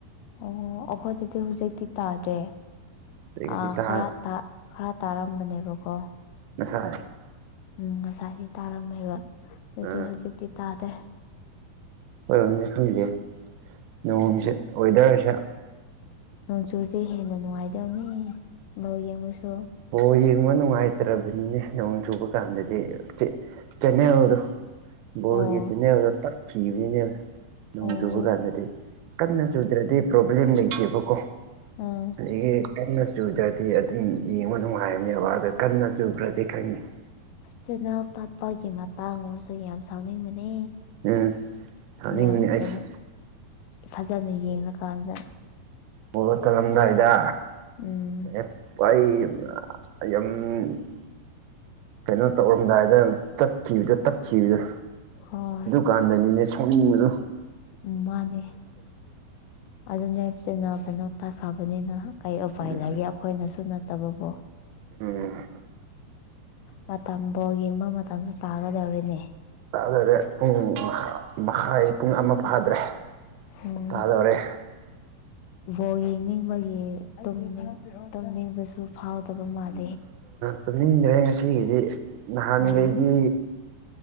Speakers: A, on the left; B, on the right.
A: ꯑꯣ ꯑꯩꯈꯣꯏꯗꯗꯤ ꯍꯧꯖꯤꯛꯇꯤ ꯇꯥꯗ꯭ꯔꯦ
B: ꯈꯖꯤꯛ ꯈꯖꯤꯛ
A: ꯑꯥ
B: ꯇꯥ
A: ꯈꯔꯥ ꯇ ꯈꯔ ꯇꯥꯔꯝꯕꯅꯦꯕꯀꯣ
B: ꯉꯁꯥꯏ
A: ꯎꯝ ꯉꯁꯥꯏꯒꯤ ꯇꯥꯔꯝꯃꯦꯕ
B: ꯑꯥ
A: ꯑꯗꯨ ꯍꯧꯖꯤꯛꯇꯤ ꯇꯥꯗ꯭ꯔꯦ
B: ꯑꯩꯈꫭꯏꯔꯝꯗꯤ ꯈꯪꯗꯦ ꯅꯣꯡꯁꯦ ꯋꯦꯗꯔꯁꯦ
A: ꯅꯣꯡ ꯆꯨꯔꯗꯤ ꯍꯦꯟꯅ ꯅꯨꯡꯉꯥꯏꯗꯕꯅꯤ ꯕꫭꯜ ꯌꯦꯡꯕꯁꯨ
B: ꯕꯣ ꯌꯦꯡꯕ ꯅꯨꯡꯉꯥꯏꯇ꯭ꯔꯕꯅꯤꯅꯦ ꯅꯣꯡ ꯆꯨꯕ ꯀꯥꯟꯗꯗꯤ ꯆ‌ꯦꯅꯦꯜꯗꯨ ꯕꯣꯜꯒꯤ
A: ꯑꯣ
B: ꯆꯤꯟꯅꯦꯜꯗꯣ ꯇꯠꯈꯤꯕꯅꯤꯅꯦ ꯅꯣꯡ
A: ꯑꯣ
B: ꯆꯨꯕ ꯀꯥꯟꯗꯗꯤ ꯀꯟꯅ ꯆꯨꯗ꯭ꯔꯗꯤ ꯄ꯭ꯔꯣꯕ꯭ꯂꯦꯝ ꯂꯩꯇꯦꯕꯀꯣ
A: ꯎꯝ
B: ꯑꯗꯒꯤ ꯀꯟꯅ ꯆꯨꯗ꯭ꯔꯗꯤ ꯑꯗꯨꯝ ꯌꯦꯡꯕ ꯅꯨꯡꯉꯥꯏꯕꯅꯦꯕ ꯑꯗꯣ ꯀꯟꯅ ꯆꯨꯈ꯭ꯔꯗꯤ ꯈꯪꯗꯦ
A: ꯆ‌ꯦꯅ‌ꯦꯜ ꯇꯠꯄꯒꯤ ꯃꯇꯥꯡ ꯑꯃꯁꯨ ꯌꯥꯝ ꯁꯥꯎꯅꯤꯡꯕꯅꯦ
B: ꯎꯝ ꯁꯥꯎꯅꯤꯡꯕꯅꯤ
A: ꯌꯥꯝ
B: ꯑꯩꯁ
A: ꯀꯩꯅꯣ ꯐꯖꯅ ꯌꯦꯡꯉꯀꯥꯟꯗ
B: ꯕꫭꯜ ꯆꯜꯂꯝꯗꯥꯏꯗ
A: ꯎꯝ
B: ꯂꯦꯛ ꯑꯩ ꯌꯥꯝ <unintelligible> ꯀꯩꯅꯣ ꯇꯧꯔꯝꯗꯥꯏꯗ ꯆꯠꯈꯤꯕꯗꯨ ꯇꯠꯈꯤꯕꯗꯨ
A: ꯍꯣꯏ
B: ꯀꯥꯟꯗꯅꯤꯅꯦ ꯁꯥꯎꯅꯤꯡꯕꯗꯨ
A: ꯎꯝ ꯃꯥꯅꯦ ꯑꯗꯨꯅꯦꯕꯁꯤꯅ <unintelligible> ꯀꯩꯅꯣ ꯇꯥꯈꯑꯕꯅꯤꯅ ꯀꯩ ꯎꯄꯥꯏ
B: ꯎꯝ
A: ꯂꯩꯒꯦ ꯑꯩꯈꯣꯏꯅꯁꯨ ꯅꯠꯇꯕꯕꯨ
B: ꯎꯝ
A: ꯃꯇꯝ ꯕꫭꯜ ꯌꯦꯡꯕ ꯃꯇꯝꯖꯨ ꯇꯥꯒꯗꯧꯔ‌ꯦꯅꯦ
B: ꯇꯥꯗꯣꯏꯔꯦ ꯄꯨꯡ ꯃꯈꯥꯏ ꯄꯨꯡ ꯑꯃ ꯐꯥꯗ꯭ꯔꯦ
A: ꯎꯝ
B: ꯇꯥꯗꯧꯔꯦ
A: ꯕꯣꯜ ꯌꯦꯡꯅꯤꯡꯕꯒꯤ ꯇꯨꯝꯅꯤꯡ ꯇꯨꯝꯅꯤꯡꯕꯁꯨ ꯐꯥꯎꯗꯕ ꯃꯥꯜꯂꯤ
B: ꯇꯨꯝꯅꯤꯡꯗ꯭ꯔꯦ ꯉꯁꯤꯒꯤꯗꯤ ꯅꯍꯥꯟꯈꯩꯗꯤ
A: ꯎꯝ